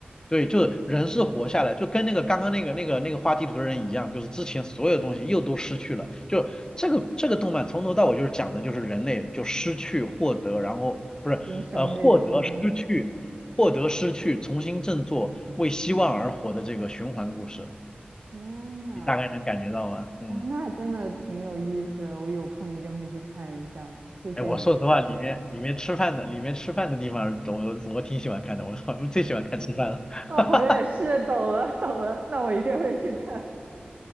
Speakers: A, on the left; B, on the right.
A: 对，就是人是活下来，就跟那个刚刚那个那个那个画地图的人一样，就是之前所有东西又都失去了。就这个这个动漫从头到尾就是讲的就是人类就失去、获得，然后不是呃获得、
B: 新生那种啊，
A: 失去、获得、失去，重新振作，为希望而活的这个循环故事，
B: <laughs> 天呐，
A: 你大概能感觉到吗？嗯，
B: 哦，那真的挺有意思，我有空一定会去看一下，谢谢你的推荐。
A: 哎，我说实话，里面里面吃饭的里面吃饭的地方，我我挺喜欢看的，我 <laughs> 我最喜欢看吃饭了。
B: 哦，
A: <laughs>
B: 我也是，懂了懂了，那我一定会去看。